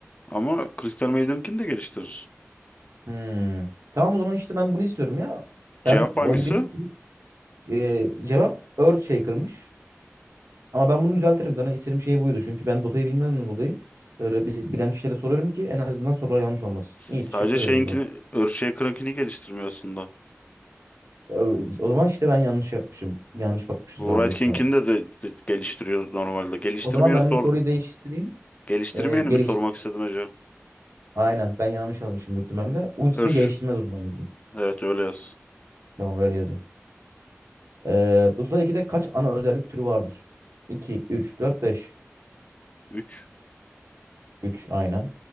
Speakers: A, on the left (about 30°); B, on the right (about 75°).
A: ama Crystal Maiden'ınkini de geliştirir.
B: Hmm. Tamam o zaman işte ben bunu istiyorum ya.
A: Cevap
B: Ben
A: hangisi?
B: oynayabildiğim gibi e, cevap Earthshaker'mış. Ama ben bunu düzeltirim. Zaten istediğim şey buydu. Çünkü ben Dota'yı bilmemden dolayı böyle bil- bilen kişilere soruyorum ki en azından sorular yanlış olmasın.
A: Sadece
B: İyi teşekkür
A: şeyinkini,
B: ederim o zaman.
A: Earthshaker'ınkini geliştirmiyor aslında.
B: Ö- O zaman işte ben yanlış yapmışım. Yanlış bakmışız
A: Bu
B: o zaman
A: Wright
B: büyük
A: King'ini
B: ihtimalle.
A: de, de, de geliştiriyor normalde. Geliştirmeyeni
B: O zaman ben
A: sor.
B: bu soruyu değiştireyim.
A: Geliştirmeyeni
B: E, geliş...
A: mi sormak istedin hocam?
B: Aynen ben yanlış yazmışım büyük ihtimalle. Ultisini
A: Ür.
B: geliştirmez o zaman yazayım.
A: Evet öyle yaz.
B: Tamam öyle yazayım. E, Dota 2'de kaç ana özellik türü vardır? iki üç dört beş
A: Üç,
B: üç aynen.